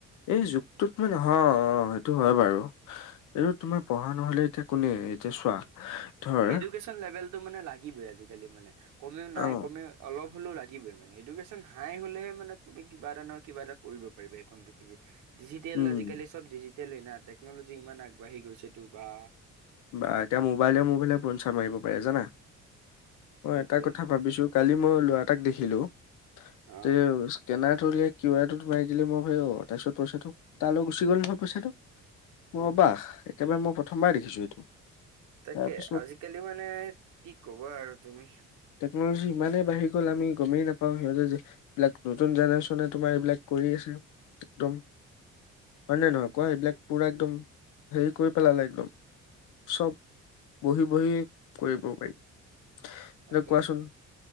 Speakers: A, on the left; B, on the right.
A: এই যুগটোত মানে অ সেইটো হয় বাৰু। এইটো তোমাৰ পঢ়া নহ'লে এতিয়া কোনে এতিয়া চোৱা ধৰ
B: এডুকেচন লেভেলটো মানে লাগিবই আজিকালি মানে কমেও নাই
A: অ'
B: কমেও অলপ হ'লেও লাগিবই মানে এডুকেশ্যন হাই হ'লেহে মানে তুমি কিবা এটা নহয় কিবা এটা কৰিব পাৰা এইখন পৃথিৱীত। ডিজিটেল
A: উম
B: আজিকালি চব ডিজিটেলেই না টেকনলজি ইমান আগবাঢ়ি গৈছেটো বা!
A: বা এতিয়া মোবাইলে মোবাইলে প্ৰঞ্চা মাৰিব পাৰে জানা মই
B: তাকে
A: এটা কথা ভাবিছো কালি মই ল'ৰা এটাক দেখিলো
B: অ
A: তে স্কেনাৰটো উলিয়াই কিউ আৰটোত মাৰি দিলে মই হৈ যাব তাৰ পিছত পইচাটো তালৈ গুচি গ'ল নহয় পইচাটো
B: উ
A: মই অ'বাহ একেবাৰে মই প্ৰথমবাৰ দেখিছো এইটো।
B: তাকে
A: তাৰপিছত
B: আজিকালি মানে কি ক'বা আৰু তুমি।
A: টেকন'লজি ইমানেই বাঢ়ি গ'ল আমি গমেই নাপাওঁ সিহঁতে যে এইবিলাক নতুন জেনেৰেশ্যনে তোমাৰ এইবিলাক কৰি আছে। একদম হয় নে নহয় কোৱা এইবিলাক পুৰা একদম হেৰি কৰি পেলালে একদম। চব বঢ়ি বঢ়ি কৰিব পাৰি এতিয়া
B: তাকে
A: কোৱাচোন